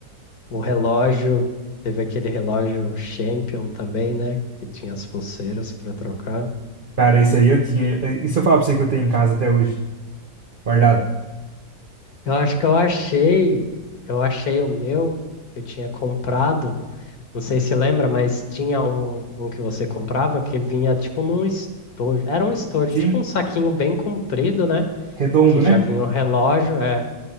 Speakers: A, on the left; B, on the right.
A: O relógio, teve aquele relógio Champion também, né? Que tinha as pulseiras para trocar.
B: Cara, esse aí eu tinha. eh, E se eu falar pra você que eu tenho em casa até hoje? Guardado?
A: Eu acho que eu achei, eu achei o meu que eu tinha comprado. Não sei se lembra, mas tinha um, um que você comprava que vinha tipo num estojo. Era um estojo,
B: Sim,
A: tipo um saquinho bem comprido, né?
B: redondo,
A: Que já
B: né?
A: vinha um relógio, é,